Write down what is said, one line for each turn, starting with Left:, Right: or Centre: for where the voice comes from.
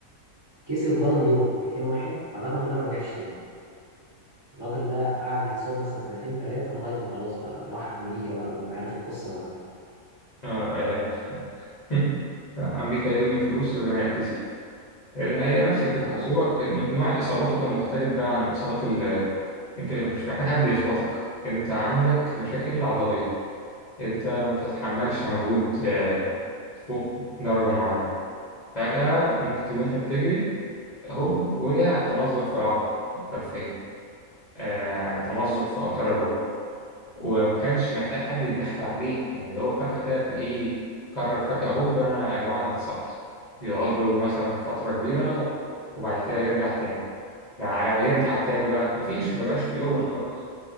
Right: كسب البالون دور 2001 بعدها الراجل ده ما رجعش تاني الراجل ده قعد يتصاب مثلا سنتين ثلاثة لغاية ما خلاص بقى راح أمريكا بقى وأنت عارف القصة بعدها
Left: مم. <laughs> راح أمريكا يلم فلوس قبل ما يعتزل لأن هي نفس الفكرة
Right: ما خلص
Left: بس هو كان- نوع إصاباته كان مختلف بقى عن إصابات ال أنت مش مش محتاج حد يخبطك أنت عندك مشاكل عضلية أنت ما بتتحملش مجهود آه، فوق درجة معينة فجأة ممكن تكون أنت بتجري هوب وقع تمزق في العضلة الخلفية آه، تمزق في أوتار الركبة وما كانش محتاج حد يتدخل عليه يعني اللي هو فجأة كده تلاقيه قرر فجأة هوب أنا يا جماعة أنا اتصبت يقعد له مثلا فترة كبيرة وبعد كده يرجع تاني يعني على ما يرجع تاني بقى مفيش مبقاش فيه أول خلاص